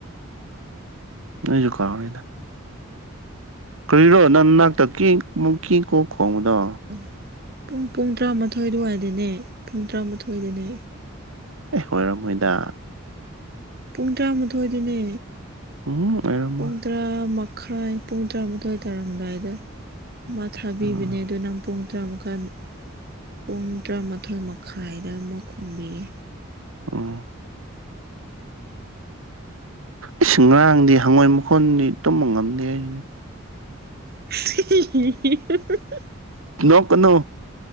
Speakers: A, on the right; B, on the right.
A: ꯅꯣꯢꯖꯨ ꯀꯥꯎꯔꯦꯗ ꯀꯔꯤꯔꯣ ꯅꯪ ꯅꯥꯛꯇ ꯀꯤꯛ ꯃꯨꯛ ꯀꯤ ꯀꯣꯛ ꯈꯣꯡꯕꯗꯣ
B: ꯎꯝ ꯄꯨꯡ ꯄꯨꯡ ꯇꯔꯥꯃꯥꯊꯣꯢ ꯑꯗꯨꯋꯥꯢꯗꯅꯦ ꯄꯨꯡ ꯇꯔꯥꯃꯥꯊꯣꯢꯗꯅꯦ
A: ꯑꯦ ꯑꯣꯢꯔꯝꯃꯣꯢꯗ
B: ꯄꯨꯡ ꯇꯔꯥꯃꯥꯊꯣꯢꯗꯅꯦ
A: ꯎꯝ ꯑꯣꯏꯔꯝꯃꯣꯏ
B: ꯄꯨꯡ ꯇꯔꯥꯃꯛ ꯈꯥꯢ ꯄꯨꯡ ꯇꯔꯥꯃꯥꯊꯣꯢ ꯇꯥꯔꯝꯗꯥꯢꯗ ꯃꯥ ꯊꯥꯕꯤꯕꯅꯦ
A: ꯎꯝ
B: ꯑꯗꯨ ꯅꯪ ꯄꯨꯡ ꯇꯔꯥꯃꯥꯢ ꯄꯨꯡ ꯇꯔꯥꯃꯥꯊꯣꯢ ꯃꯈꯥꯢꯗ ꯑꯃ ꯈꯨꯝꯕꯤꯌꯦ
A: ꯑꯣ ꯏꯁ ꯉꯔꯥꯡꯗꯤ ꯍꯪꯉꯣꯢ ꯃꯈꯣꯟꯗꯤ ꯇꯨꯝꯕ ꯉꯝꯗꯦ ꯍꯥꯏꯖꯤꯅꯤ
B: <unintelligible>
A: ꯅꯣꯛꯀꯅꯨ